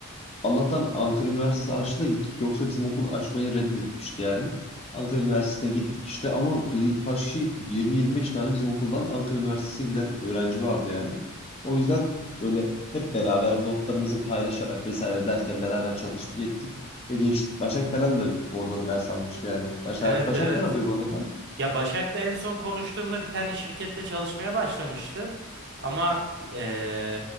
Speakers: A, on the left; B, on the right.
A: Allah'tan Ankara Üniversitesi açtı da gittik. Yoksa bizim okul açmayı reddetmişti yani. Ankara Üniversitesi'ne gittik işte ama birkaç kişi gittik. 20-25 tane bizim okuldan Ankara Üniversitesi'ne giden öğrenci vardı yani. O yüzden böyle hep beraber notlarımızı paylaşarak vesaire derken beraber çalıştık ettik. Ve geçtik. Başak falan da oradan ders almıştı yani. Başak,
B: Evet
A: Başak
B: evet.
A: ne yapıyor bu arada?
B: Ya Başak'la en son konuştuğumda bir tane şirkette çalışmaya başlamıştı. Ama eee,